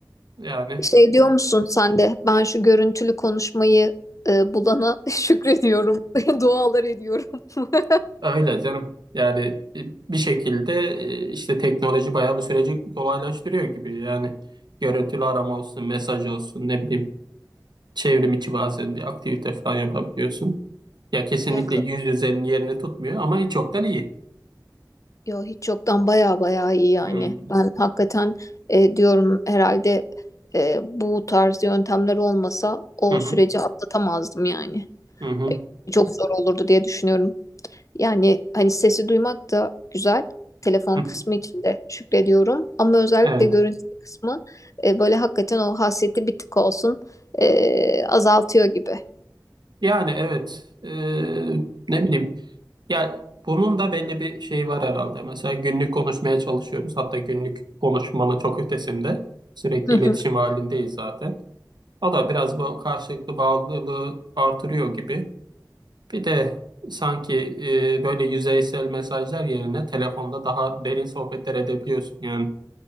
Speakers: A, on the right; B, on the left.
A: yani
B: Şey diyor
A: e,
B: musun sen de ben şu görüntülü konuşmayı e, bulana <laughs> şükrediyorum. <laughs> Dualar ediyorum. <laughs>
A: öyle canım. Yani e, bir şekilde e, işte teknoloji bayağı bu süreci kolaylaştırıyor gibi. Yani görüntülü arama olsun, mesaj olsun, ne bileyim çevrim içi bazen bir aktivite falan yapabiliyorsun. Ya kesinlikle
B: Ya
A: yüz yüzenin yerini tutmuyor ama hiç yoktan iyi.
B: Yo hiç yoktan baya baya iyi yani.
A: Hmm.
B: Ben hakikaten e, diyorum herhalde e, bu tarz yöntemler olmasa o
A: Hı hı,
B: süreci atlatamazdım yani.
A: hı hı,
B: Çok zor olurdu diye düşünüyorum. Yani hani sesi duymak da güzel. Telefon
A: hı
B: kısmı
A: hı.
B: için de şükrediyorum. Ama özellikle
A: Evet.
B: görüntü kısmı e, böyle hakikaten o hasreti bir tık olsun e, azaltıyor gibi.
A: Yani evet. Ee, ne bileyim. Yani bunun da belli bir şeyi var herhalde. Mesela günlük konuşmaya çalışıyoruz. Hatta günlük konuşmanın çok ötesinde. Sürekli
B: Hı
A: iletişim
B: hı.
A: halindeyiz zaten. O da biraz bu karşılıklı bağlılığı artırıyor gibi. Bir de sanki e, böyle yüzeysel mesajlar yerine telefonda daha derin sohbetler edebiliyorsun. Yani